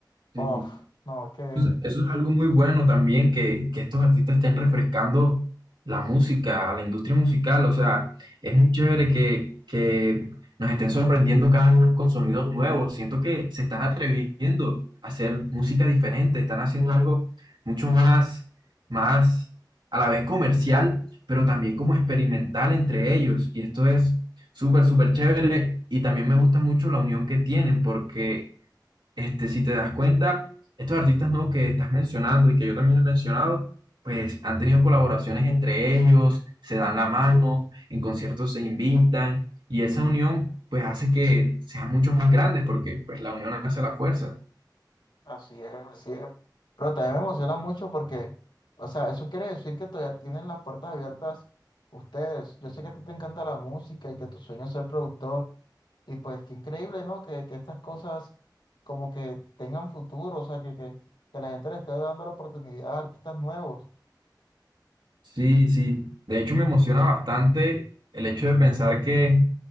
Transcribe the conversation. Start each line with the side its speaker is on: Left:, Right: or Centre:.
Left: bof,
Right: Sí.
Left: no, es que
Right: eso es algo muy bueno también, que, que estos artistas estén refrescando la música, la industria musical. O sea, es muy chévere que, que nos estén sorprendiendo cada vez con sonidos nuevos. Siento que se están atreviendo a hacer música diferente, están haciendo algo mucho más, más a la vez comercial, pero también como experimental entre ellos. Y esto es súper, súper chévere. Y también me gusta mucho la unión que tienen, porque este, si te das cuenta, estos artistas nuevos que estás mencionando y que yo también he mencionado, pues han tenido colaboraciones entre ellos, se dan la mano, en conciertos se invitan y esa unión pues hace que sean mucho más grandes porque pues la unión hace la fuerza.
Left: Así es, así es. Pero también me emociona mucho porque, o sea, eso quiere decir que todavía tienen las puertas abiertas ustedes. Yo sé que a ti te encanta la música y que tu sueño es ser productor. Y pues qué increíble, ¿no? Que, que estas cosas como que tengan futuro, o sea, que, que, que la gente le esté dando la oportunidad a artistas nuevos.
Right: Sí, sí. De hecho me emociona bastante el hecho de pensar que